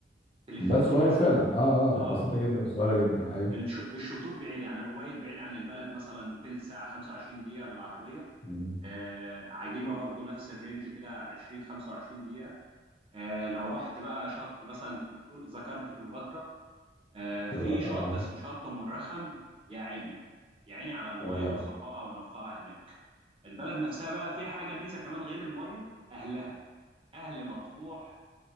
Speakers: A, on the right (about 30°); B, on the left (about 35°).
A: وتلفها
B: بس
A: في
B: صغيرة
A: ربع ساعه
B: فعلا اه
A: اه
B: اه بسيطة جدا صغيرة جدا ايوه
A: الش- الشطوط بعيد يعني الأبيض بعيد عن البلد مثلا تلت ساعه 25 دقيقه بالعربيه
B: مم.
A: آه عجيبه برضو نفس الرينج كده 20 25 دقيقه آه لو رحت بقى شط مثلا انت بتقول ذكرت كليوباترا آه،
B: كليوباترا
A: في شط
B: اه
A: اسمه شط أم الرخم يا عيني يا عيني على المية
B: والله
A: وصفائها ونقائها هناك البلد نفسها بقى فيها حاجة ميزة كمان غير المية أهلها أهل مطروح